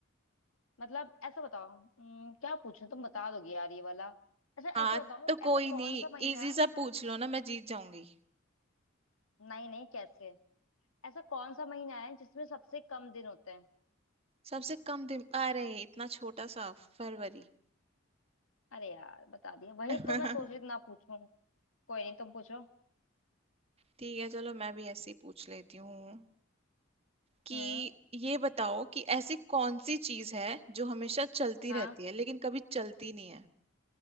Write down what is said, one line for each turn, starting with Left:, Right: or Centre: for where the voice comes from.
Left: मतलब ऐसा बताओ अम, क्या पूछूं तुम बता दोगे यार ये वाला अच्छा ऐसा
Right: हाँ
Left: बताओ
Right: तो कोई
Left: ऐसा कौन
Right: नहीं
Left: सा महीना
Right: इजी
Left: है
Right: सा पूछ लो ना मैं जीत जाऊंगी
Left: नहीं नहीं कैसे ऐसा कौन सा महीना है जिसमें सबसे कम दिन होते हैं
Right: सबसे कम दिन अरे इतना छोटा सा फरवरी
Left: अरे यार बता दिया वही
Right: <laughs>
Left: तो मैं सोच रही थी ना पूछूं कोई नहीं तुम पूछो
Right: ठीक है चलो मैं भी ऐसे ही पूछ लेती हूँ कि
Left: हम्म
Right: ये बताओ कि ऐसी कौन सी चीज है जो हमेशा चलती
Left: हाँ
Right: रहती है लेकिन कभी चलती नहीं है